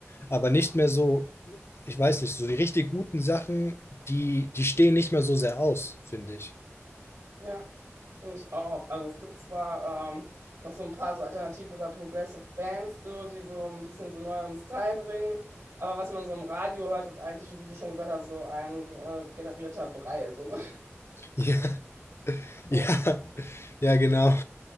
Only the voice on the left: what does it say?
aber nicht mehr so, ich weiß nicht, so die richtig guten Sachen, die, die stehen nicht mehr so sehr aus, finde ich.
<laughs> Ja,
ja, ja, genau.